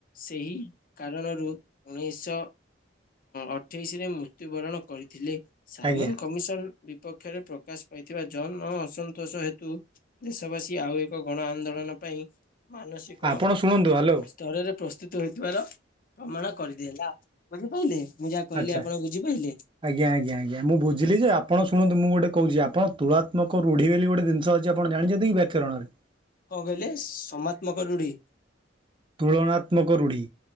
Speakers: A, on the left (about 50°); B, on the right (about 25°).
A: ସେହି କାରଣରୁ ଉଣେଇଶହ। ଅଠେଇଶରେ ମୃତ୍ୟୁବରଣ କରିଥିଲେ ସାଇମନ
B: ଆଜ୍ଞା
A: କମିଶନ ବିପକ୍ଷରେପ୍ର ପ୍ରକାଶ ପାଇଥିବା ଜନ ଅସନ୍ତୋଷ ହେତୁ ଦେଶବାସୀ ଆଉ ଏକ ଗଣ ଆନ୍ଦୋଳନ ପାଇଁ ମାନସିକ
B: ଆପଣ ଶୁଣନ୍ତୁ ହ୍ୟାଲୋ।
A: ସ୍ତରରେ ପ୍ରସ୍ତୁତ ହେଥିବାର ପ୍ରମାଣ କରିଦେଇଲା ବୁଝିପାରିଲେ। ମୁଁ ଯାହା କହିଲି
B: ଆଛା
A: ଆପଣ ବୁଝିପାରିଲେ
B: ଆଜ୍ଞା ଆଜ୍ଞା ମୁଁ ବୁଝିଲି ଯେ ଆପଣ ଶୁଣନ୍ତ ମୁଁ ଗୋଟେ କହୁଛି ଆପଣ ତୁଳାତ୍ମକ ରୂଢି ବୋଲି ଗୋଟେ ଜିନିଷ ଅଛି ଜାଣିଛନ୍ତି କି ବ୍ୟାକରଣରେ?
A: କଣ କହିଲେ ସମାତ୍ମକ ରୁଢ଼ି?
B: ତୁଳନାତ୍ମକ ରୂଢ଼ି